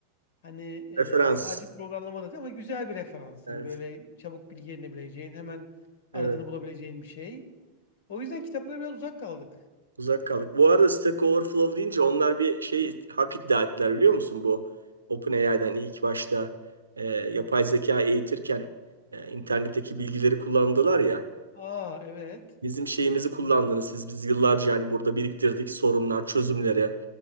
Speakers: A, on the left (about 55°); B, on the right (about 80°).
A: Hani
B: Referans.
A: e, sadece programlamada değil ama güzel bir referans.
B: Evet.
A: Hani böyle çabuk bilgi edinebileceğin, hemen aradığını
B: Evet.
A: bulabileceğin bir şey. O yüzden kitaplara biraz uzak kaldık.
B: Uzak kaldık. Bu arada Stack Overflow deyince onlar bir şey hak iddia ettiler biliyor musun? Bu OpenAI'den ilk başta e, yapay zeka eğitirken e, internetteki bilgileri kullandılar ya.
A: Aa evet.
B: Bizim şeyimizi kullandınız siz. Biz yıllarca yani burada biriktirdik sorunlar, çözümleri